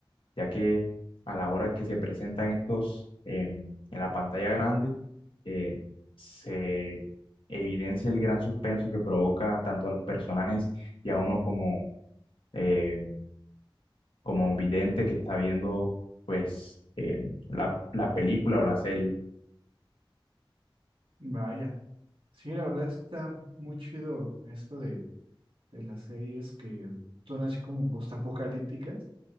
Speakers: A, on the left; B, on the right.
A: ya que a la hora que se presentan estos em, en la pantalla grande, eh, se evidencia el gran suspenso que provoca tanto a los personajes y a uno como, eh, como un vidente que está viendo pues eh, la, la película o la serie.
B: Vaya, sí, la verdad está muy chido esto de, de las series que son así como postapocalípticas